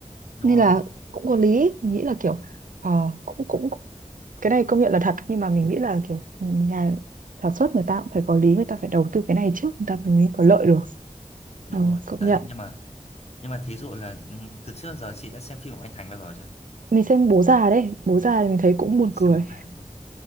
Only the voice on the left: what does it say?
đúng
rồi
đúng
rồi
đấy
nhưng mà nhưng mà thí dụ là ừ, từ trước giờ chị đã xem phim của anh Thành bao giờ chưa
Ừ,
xem bố già đúng không